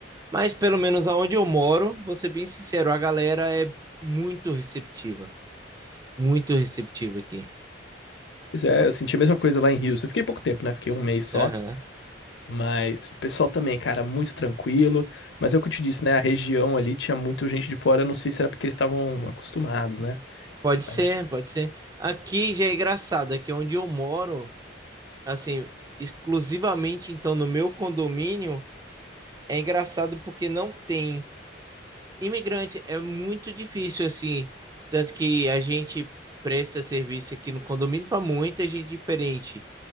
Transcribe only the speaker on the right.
mas pelo menos aonde eu moro, vou ser bem sincero, a galera é muito receptiva, muito receptiva aqui.
Aham.
Pode ser,
pode ser. Aqui já é engraçado, aqui onde eu moro, assim, exclusivamente então no meu condomínio, é engraçado porque não tem. Imigrante é muito difícil, assim. Tanto que a gente presta serviço aqui no condomínio para muita gente diferente.